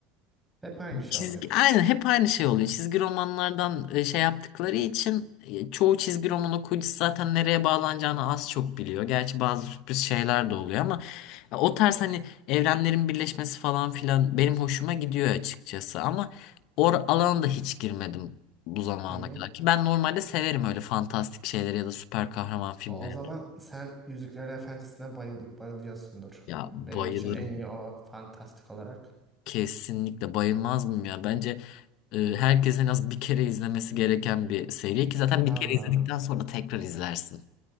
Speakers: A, in the centre; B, on the left.
A: Hep aynı şey
B: Çizgi,
A: oluyor.
B: aynen hep aynı şey oluyor. Çizgi romanlardan e, şey yaptıkları için e, çoğu çizgi roman okuyucusu zaten nereye bağlanacağını az çok biliyor. Gerçi bazı sürpriz şeyler de oluyor ama e, o tarz hani evrenlerin birleşmesi falan filan benim hoşuma gidiyor açıkçası. Ama o alana da hiç girmedim bu zamana
A: Hı hı.
B: kadar ki ben normalde severim öyle fantastik şeyleri ya da süper kahraman filmleri.
A: O o zaman sen Yüzüklerin Efendisi'ne bayıl bayılıyorsundur.
B: Ya
A: Benim
B: bayılırım.
A: için en iyi o fantastik olarak.
B: Kesinlikle bayılmaz mıyım ya? Bence e, herkesin en az bir kere izlemesi gereken bir seri ki zaten
A: Valla
B: bir kere izledikten sonra tekrar izlersin.